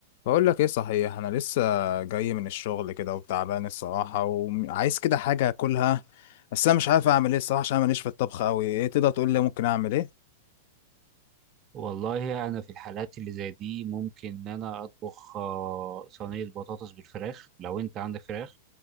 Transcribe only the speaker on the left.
بقول لك ايه صحيح انا لسه جاي من الشغل كده وتعبان الصراحه وعايز كده حاجه اكلها بس انا مش عارف اعمل ايه الصراحه عشان أنا ماليش في الطبخ قوي ايه تقدر تقول لي ممكن اعمل ايه